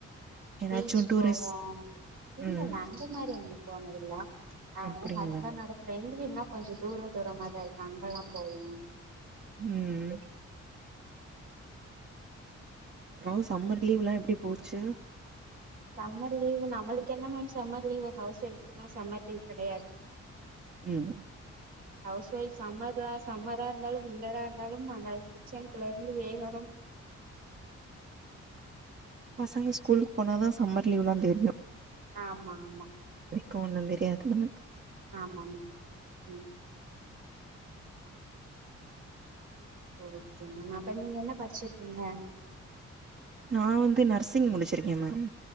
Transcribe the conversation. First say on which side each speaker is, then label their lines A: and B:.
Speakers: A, on the right (about 35°); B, on the right (about 80°).
A: ஏதாச்சு
B: பீச்
A: டூரிஸ்
B: போவோ இல்லல்ல
A: ம்
B: அந்த மாரி எங்கையு போனதில்ல அ
A: அப்டிங்களா
B: எ ஹஸ்பண்டோட ஃப்ரெண்ட்டு வீடுனா கொஞ்சோ தூர தூரமா தா இருக்கு அங்கெல்லா போவோ
A: ம் ப்றோ சம்மர் லீவ்லா எப்டி போச்சி
B: சம்மர் லீவு நம்மளுக்கு என்ன மேம் சம்மர் லீவு ஹவுஸ் ஒயஃப்ல்லா சம்மர் லீவ் கெடையாது
A: ம்
B: <inaudible> ஹவுஸ் ஒய்ஃப் சம்மர்லா சம்மரா இருந்தாலு விண்டரா இருந்தாலு அந்த கிச்சன்குள்ள இருந்து வேகணும்
A: பசங்க ஸ்கூலுக்கு போனாதா சம்மர் லீவ்ல்லா தெரியு
B: ஆமா ஆமா
A: இப்பொன்னு தெரியாது நம்மளுக்கு
B: ஆமாமு ம் <unintelligible> அப்ப நீங்க என்ன படிச்சிருக்கீங்க
A: நா வந்து நர்சிங் முடிச்சிருக்கே மேம்